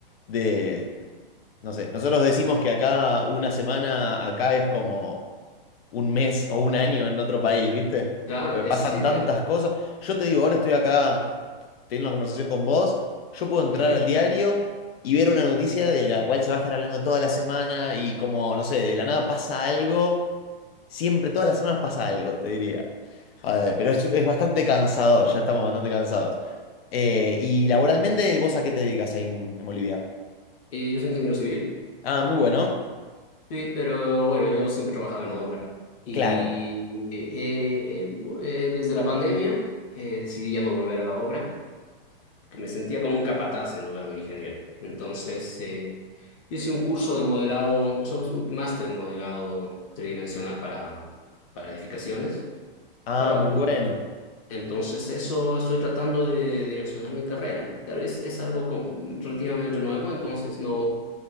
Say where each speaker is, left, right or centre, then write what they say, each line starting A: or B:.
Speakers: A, on the left; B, on the left.
A: de, no sé, nosotros decimos que acá una semana, acá es como un mes o un año en otro país, ¿viste?
B: Claro,
A: Porque
B: es
A: pasan
B: así. Es.
A: tantas cosas. Yo te digo, ahora estoy acá teniendo una conversación con vos, yo puedo entrar
B: Ujú.
A: al diario y ver una noticia de la cual se va a estar hablando toda la semana y como, no sé, de la nada pasa algo. Siempre, todas las semanas pasa algo, te diría. A ver, pero es, es bastante cansador, ya estamos bastante cansados. Eh, y laboralmente, ¿vos a qué te dedicas ahí en, en Bolivia?
B: Y yo soy ingeniero civil,
A: Ah, muy bueno,
B: sí, pero bueno, yo siempre he trabajado en obra. Y
A: claro.
B: eh, eh, eh, desde la pandemia eh, decidí ya no volver a la obra que me sentía como un capataz en lugar de un ingeniero. Entonces, eh, hice un curso de modelado, o sea, es un máster en modelado tridimensional para, para edificaciones.
A: Ah,
B: Para,
A: muy
B: mm,
A: bueno,
B: entonces, eso estoy tratando de direccionar mi carrera. Claro, es, es algo como relativamente nuevo, entonces no,